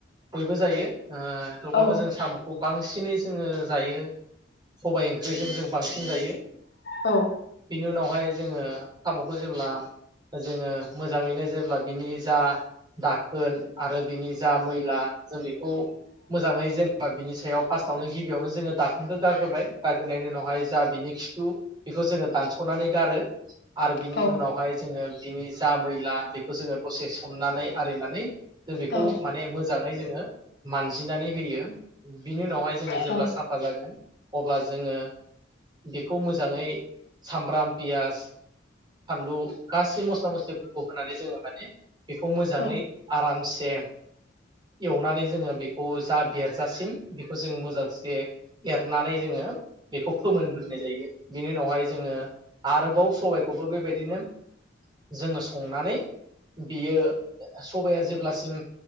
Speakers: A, on the right; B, on the left.
A: बयबो जायो ओ थेवब्लाबो
B: औ
A: जों साम'खौ बांसिनै जोङो जायो सबायाइ ओंख्रिजों जों बांसिन जायो
B: औ
A: बेनि उनावहाय जोङो साम'खौ जेब्ला जोङो मोजाङैनो जेब्ला बिनि जा दाखोन आरो बिनि जा मैला जों बेखौ मोजाङै जेनेबा बिनि सायाव फार्स्टआवनो गिबियावनो जोङो दाखोनखौ गारग्रोबाय गारग्रोनायनि उनावहाय जा बिनि खिथु बेखौ जोङो दानस'नानै गारो आरो बिनि
B: औ
A: उनावहाय जोङो बिनि जा मैला बेखौ जोङो दसे सोमनानै आरिनानै जों बेखौ
B: औ
A: माने मोज मोजाङै जोङो मानजिनानै होयो बिनि उनावहाय जोङो जेब्ला
B: औ
A: साफा जागोन अब्ला जोङो बेखौ मोजाङै सामब्राम पियास <inaudible> फानलु गासै मस्ला मस्लि खौ होनानै जोङो माने बेखौ मोजाङै
B: औ
A: आरामसे एवनानै जोङो बेखौ जा बेरजासिम बेखौ जोङो मोजांसे एरनानै जोङो बेखौ फोमोनग्रोनाय जायो बिनि उनावहाय जोङो आरोबाव सबायखौबो बेबायदिनो जोङो संनानै बियो सबाया जेब्लासिम